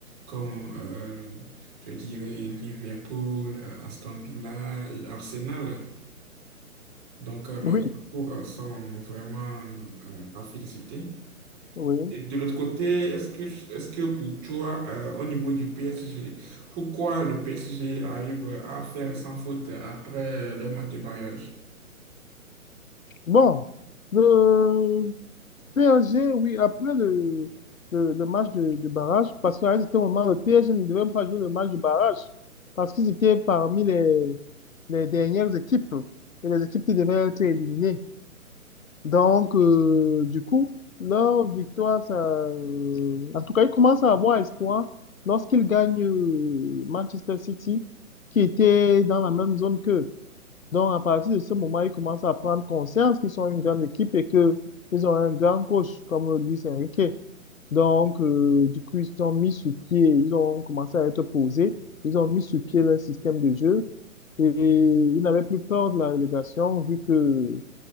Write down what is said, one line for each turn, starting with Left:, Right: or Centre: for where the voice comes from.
Right: comme, euh, je dirais, Liverpool, euh, Aston Villa et Arsenal. Donc, euh, leurs
Left: oui,
Right: parcours euh, sont vraiment euh, à féliciter.
Left: oui.
Right: Et de l'autre côté, est-ce que, est-ce que pour toi, euh, au niveau du PSG, pourquoi le PSG arrive à faire sans faute après le match de barrage?
Left: Bon, le PSG, oui, après le, le, le match de, de barrage, parce qu'à un certain moment, le PSG ne devait même pas jouer le match de barrage, parce qu'ils étaient parmi les, les dernières équipes et les équipes qui devaient être éliminées. Donc, euh, du coup, leur victoire, ça, euh, en tout cas, ils commencent à avoir espoir lorsqu'ils gagnent euh, Manchester City, qui était dans la même zone qu'eux. Donc, à partir de ce moment, ils commencent à prendre conscience qu'ils sont une grande équipe et que ils ont un grand coach comme Luis Enrique. Donc, euh, du coup, ils ont mis sur pied, ils ont commencé à être posés, ils ont mis sur pied leur système de jeu et ils n'avaient plus peur de la relégation vu que